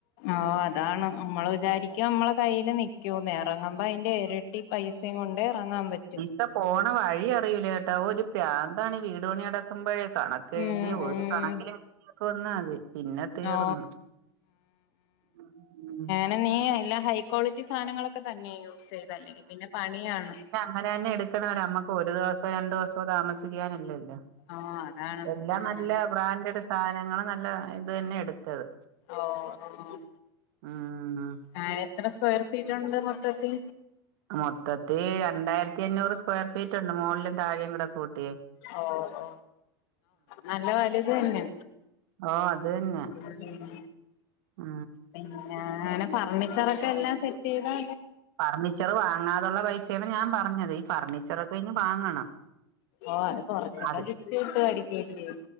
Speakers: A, on the left (about 60°); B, on the right (about 65°).
A: ഓ അതാണ് മ്മള് വിചാരിക്കും മ്മളെ കയ്യില് നിക്കൂന്ന്. എറങ്ങമ്പൊ അയിന്റെ എരട്ടി ഇരട്ടി പൈസേം കൊണ്ട് ഇറങ്ങാൻ പറ്റും.
B: ത് പോണ വഴി അറിയൂല കെട്ടോ. ഒരു പ്രാന്താണീ വീടുപണി അടക്കുമ്പഴേ. കണക്ക് എഴുതിയ
A: ഉം
B: ഒരു
A: ഉം
B: കണക്കില് മിസ്റ്റേക്ക്‌ വന്നാല്. പിന്നെ തീർന്ന്.
A: ഓ
B: ഉം ഉം.
A: പിന്നെ നീ എല്ലാ ഹൈ ക്വാളിറ്റി സാനങ്ങളൊക്കെതന്നെ യൂസ് ചെയ്തല്ലേ. പിന്നെ പണിയാണ്.
B: അങ്ങനെന്നെ എടുക്കണവരെ നമ്മക്ക് ഒരു ദിവസം രണ്ടുസോ. പ്പ താമസിക്കാനുള്ളല്ലേ.
A: ഓ അതാണ്
B: എല്ലാം
A: ഉം
B: നല്ല ബ്രാൻഡഡ് സാധനങ്ങൾ നല്ല ഇത് തന്നെയാ എടുത്താത്.
A: ഓ ഓ
B: ആ ആ
A: ആ എത്ര സ്ക്വയർ ഫീറ്റുണ്ട് മൊത്തത്തി
B: മൊത്തത്തി രണ്ടായിരത്തി അഞ്ഞൂറ് സ്ക്വയർ ഫീറ്റുണ്ട്. മോളിലും താഴേയും കൂടെ കൂട്ടി.
A: ഓ ഓ നല്ല വലുത് തന്നെ
B: ഓ അതുതന്നെ
A: ഉം
B: ആ
A: പിന്നെ അങ്ങനെ ഫർണിച്ചറൊക്കെ എല്ലാം സെറ്റെയ്താ.
B: ഫർണിച്ചർ വാങ്ങാതുള്ള പൈസയാണ് ഞാൻ പറഞ്ഞത്. ഈ ഫർണിച്ചറൊക്കെ ഇനി വാങ്ങണം.
A: ഓ അത് കൊറച്ചൊക്കെ
B: അത്
A: കിട്ടിട്ടു ആയിരിക്കുല്ലെ.